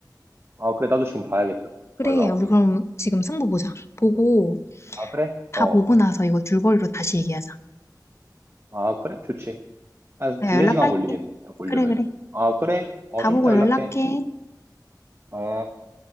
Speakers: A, on the right; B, on the left.
A: 아, 그래. 나도 지금 봐야겠다.
B: 그래,
A: 말 나온
B: 야, 우리
A: 김에.
B: 그럼 지금 승부 보자. 보고,
A: 아, 그래?
B: 다
A: 어.
B: 보고 나서 이거 줄거리로 다시 얘기하자.
A: 아, 그래? 좋지. 한
B: 내가
A: 두세
B: 연락할게.
A: 시간 걸리겠네. 다 보려면은.
B: 그래, 그래.
A: 아, 그래? 어,
B: 다
A: 좀
B: 보고
A: 이따 연락해.
B: 연락해.
A: 어.